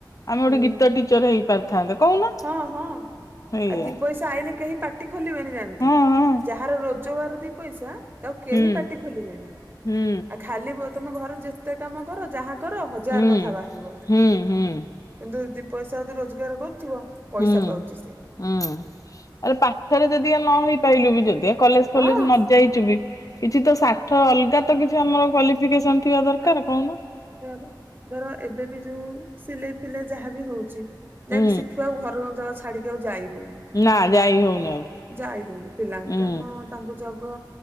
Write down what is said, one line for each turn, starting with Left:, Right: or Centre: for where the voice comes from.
Left: ଆମେ ଗୋଟେ
Right: ହୁଁ।
Left: ଗୀତ ଟିଚର ହେଇପାରିଥାନ୍ତେ କହୁନ।
Right: ହଁ ହଁ
Left: ଏଇଆ
Right: ଆ ଦି ପଇସା ଆଇଲେ କେହି ପାଟି ଖୋଲିବେନି ଜାଣିଥାଏ
Left: ହଁ ହଁ
Right: ଯାହାର ର ପଞ୍ଚାର ଦି ପଇସା ଆଉ କେହି
Left: ହୁଁ
Right: ପାାର୍ଟି ଖୋଲିବେନି
Left: ହୁଁ
Right: ଆଉ ଖା ତମ ଘର ଏତେ କାମ କର ଯାହା କର ହଜାର
Left: ହୁଁ
Right: କଥା ବାହାରିବ।
Left: ହୁଁ ହୁଁ
Right: କିନ୍ତୁ ଦି ପଇସା ଯି ରୋଜଗାର କରୁଥିବ। ପଇସା
Left: ହୁଁ
Right: ପାଉଛି ସେ
Left: ହୁଁ ଆରେ ପାଠରେ ଯଦି ଆ ନ ହେଇପାରଲୁ ବି ଯଦି କଲେଜ ଫଲେଜ
Right: ହଁ
Left: ନ ଯାଇଚୁ ବି କିଛି ତ ସାଠ ଅଲଗା ତ କିଛି ଆମର କ ଥିବା ଦରକାର
Right: ଆଉ
Left: କଣ?
Right: ସେୟା ପା ଧର ଏବେ ବି ଯୋଉ ସିଲେଇ ଫିଲେଇ ଯାହା ବିି ହଉଛି, ଯାହାକି
Left: ହୁଁ
Right: ଶିଖିବା ଆଉ ଘର ଅଞ୍ଚଳ ଛାଡିକି ଆଉ ଯାଇ ହଉନି।
Left: ନା ଯାଇ ହଉନି ଆଉ
Right: ଯାଇ ହଉନି ପିଲାଙ୍କା
Left: ହୁଁ
Right: ମା ତାଙ୍କୁ ଜଗ